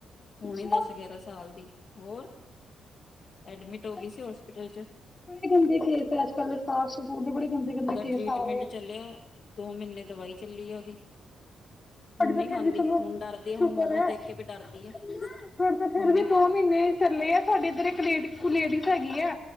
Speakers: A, on the left; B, on the left.
A: ਹੋੁਣੀ
B: ਅੱਛਾ
A: ਦਸ ਗਿਆਰਾਂ ਸਾਲ ਦੀ ਹੋਰ ਐਡਮਿਟ ਹੋ
B: ਬੇ
A: ਗਈ ਸੀ ਹੋਸਪਿਟਲ ਚ
B: ਬੜੇ ਗੰਦੇ ਖੇਸ ਹੈ ਅੱਜ ਕੱਲ ਸਾਫ ਸੂ ਦੇ ਬੜੇ ਗੰਦੇ ਗੰਦੇ
A: ਉਹਦਾ
B: ਕੇਸ
A: ਟ੍ਰਰੀਟਮੈਂਟ
B: ਆ ਰਹੇ ਆ
A: ਚੱਲਿਆ ਦੋ ਮਹੀਨੇ ਦਾ ਦਵਾਈ ਚੱਲੀ ਆ ਉਹਦੀ ਹੁਣ
B: ਤੁਹਾਡੇ ਤਾਂ
A: ਨੀ
B: ਫਿਰ
A: ਖਾਂਦੀ
B: ਵੀ ਚਲੋ
A: ਹੁਣ ਡਰਦੀ ਆ
B: ਸ਼ੁਕਰ
A: ਹੁਣ ਮੋਮੋਸ
B: ਹੈ
A: ਦੇਖ
B: ਤੁਹਾਡੇ
A: ਕੇ ਵੀ ਡਰਦੀ ਆ।
B: ਤਾਂ ਫਿਰ
A: ਹੁਣ ਨੀ
B: ਵੀ ਦੋ ਮਹੀਨੇ ਚੱਲੇ ਆ ਸਾਡੇ ਇੱਧਰ ਇੱਕ ਲੇ ਲੇਡੀ ਹੈਗੀ ਆ